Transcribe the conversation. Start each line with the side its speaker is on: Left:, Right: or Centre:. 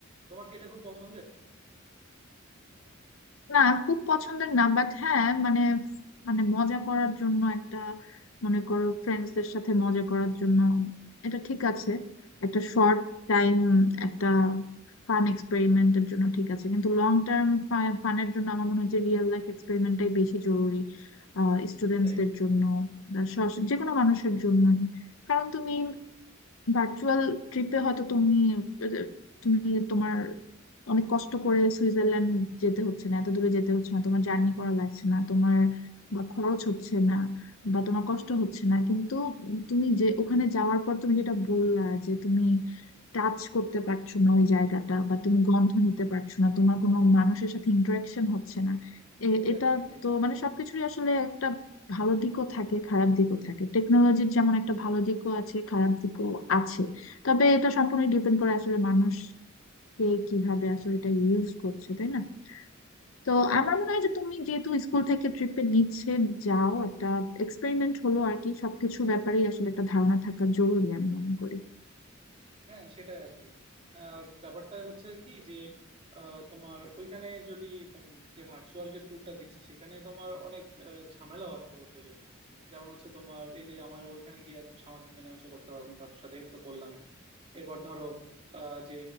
Right: তোমার কি এটা খুব পছন্দের
Left: না খুব পছন্দের না বাট হ্যাঁ মানে মানে মজা করার জন্য একটা মনে করো ফ্রেন্ডসদের সাথে মজা করার জন্য এটা ঠিক আছে একটা শর্ট টাইম একটা ফান এক্সপেরিমেন্টের জন্য ঠিক আছে কিন্তু লং টার্ম ফানের জন্য আমার মনে হয় যে রিয়েল লাইফ এক্সপেরিমেন্টটাই বেশি জরুরি স্টুডেন্টসদের
Right: সেটাই
Left: জন্য বা সস- যে কোনো মানুষের জন্যই কারণ তুমি ভার্চুয়াল ট্রিপে হয়তো তুমি তুমি তোমার অনেক কষ্ট করে সুইজারল্যান্ড যেতে হচ্ছে না এত দূরে যেতে হচ্ছে না তোমার জার্নি করা লাগছে না তোমার বা খরচ হচ্ছে না বা তোমার কষ্ট হচ্ছে না কিন্তু তুমি যে ওখানে যাওয়ার পর তুমি যেটা বললা যে তুমি টাচ করতে পারছো না ওই জায়গাটা বা তুমি গন্ধ নিতে পারছো না তোমার কোনো মানুষের সাথে ইন্টারাকশন হচ্ছে না এ-
Right: সেটাই
Left: এটা
Right: সেটাই
Left: তো মানে সবকিছুরই আসলে একটা ভালো দিকও থাকে খারাপ দিকও থাকে টেকনোলজির যেমন একটা ভালো দিকও আছে খারাপ দিকও আছে তবে এটা সম্পূর্ণ ডিপেন্ড করে আসলে মানুষ কে কিভাবে আসলে এটা ইউজ করছে তাই না তো
Right: সে তো অবশ্যই
Left: আমার মনে হয় যে তুমি যেহেতু স্কুল থেকে ট্রিপে নিচ্ছে যাও একটা এক্সপেরিমেন্ট হলো আর কি সবকিছু ব্যাপারেই আসলে একটা ধারণা থাকা জরুরি আমি মনে করি
Right: হ্যাঁ সেটাই আর কি আহ, ব্যাপারটা হচ্ছে কি যে আহ, তোমার ওইখানে যদি তুমি যে ভার্চুয়াল যে ট্যুরটা দিচ্ছি সেখানে তোমার অনেক আহ, ঝামেলাও আছে বলতে গেলে যেমন হচ্ছে তোমার এই যে আমার ওইখানে গিয়ে আর সামাজিক মেলামেশা করতে পারবো না কারোর সাথে এটা তো বললামই এবার ধরো আহ, যে